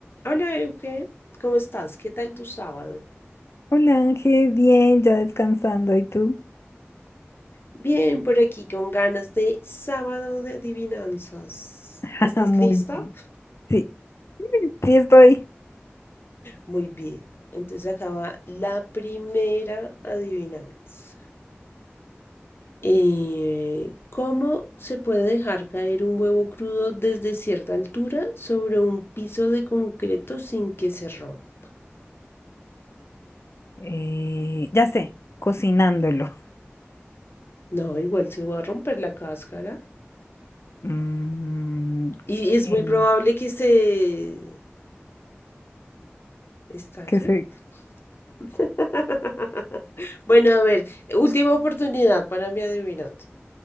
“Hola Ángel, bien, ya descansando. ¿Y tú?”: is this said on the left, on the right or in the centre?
Left